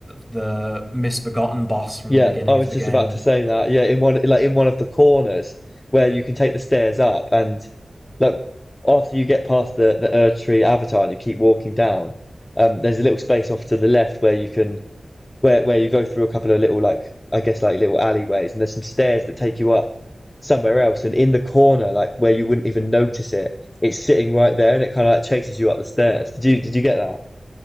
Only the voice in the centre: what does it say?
the misbegotten boss from
the beginning
of the
game.